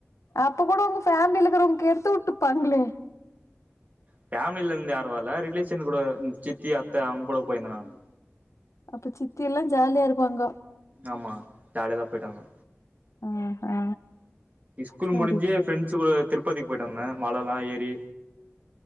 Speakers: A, on the left (about 80°); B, on the right (about 35°).
A: அப்ப கூட உங்க ஃபேமிலிக்கிறவங்க கெடுத்து உட்டுப்பாங்களே
B: ஃபேமிலில இருந்து யாரு வரல்ல ரிலேஷன் கூட சித்தி அத்த அவுங்க கூட போயிருந்தானனு
A: அப்ப சித்தி எல்லா ஜாலியா இருப்பாங்க
B: ஆமா ஜாலியதா போயிட்டு வந்தோ
A: ஆஹா
B: ஸ்கூல்
A: சரி
B: முடிஞ்சி ஃப்ரெண்ட்ஸ் கூட திருப்பதிக்கு போயிட்டு வந்த மலலா ஏறி